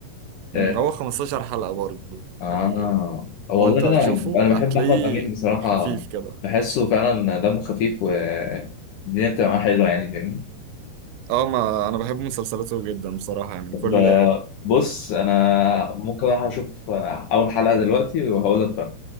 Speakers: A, on the right (about 85°); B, on the left (about 75°).
A: مم،
B: آه,
A: هو 15 حلقة برضه
B: اه
A: يعني
B: والله
A: هو انت هتشوفه
B: انا انا
A: هتلاقيه
B: بحب احمد امين بصراحه
A: خفيف كده
B: بحسه فعلا دمه خفيف والدنيا بتبقى معاه حلوه يعني فاهمني
A: اه ما انا بحب مسلسلاته جدا بصراحة يعني
B: ب-
A: كل
B: بص انا ممكن اروح اشوف اول حلقه دلوقتي وهقول لك رأيي